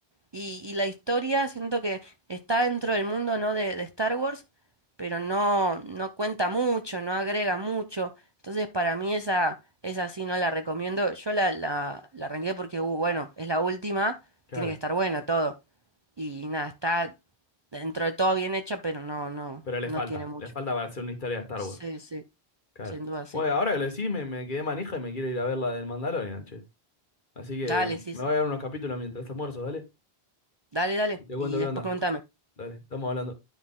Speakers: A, on the right (about 35°); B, on the left (about 50°).
A: Y, y la historia siento que está dentro del mundo, ¿no? de, de Star Wars, pero no, no cuenta mucho, no agrega mucho. Entonces para mí esa, esa sí no la recomiendo. Yo la, la, la arranqué porque, uh, bueno, es la última,
B: Claro,
A: tiene que estar buena todo. Y nada, está dentro de todo bien hecha, pero no, no,
B: pero le
A: no
B: falta,
A: tiene mucho.
B: le falta para hacer una historia de Star
A: Sí,
B: Wars.
A: sí,
B: Claro.
A: sin duda, sí.
B: Bueno, ahora que lo decís, me, me quedé manija y me quiero ir a ver la del Mandalorian, che. Así que
A: Dale, sí,
B: me
A: sí.
B: voy a ver unos capítulos mientras almuerzo, dale.
A: Dale, dale.
B: Y te cuento
A: Y
B: qué
A: después
B: onda.
A: contame.
B: Dale, estamos hablando.